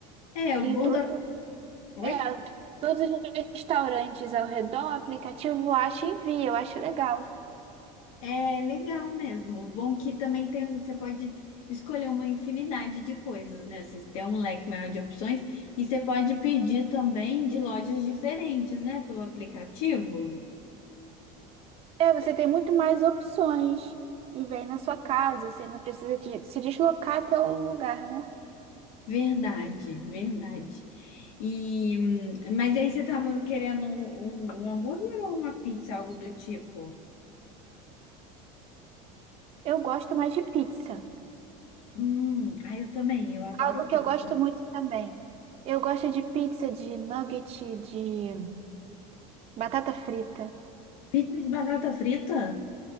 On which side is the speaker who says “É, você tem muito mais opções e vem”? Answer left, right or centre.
Right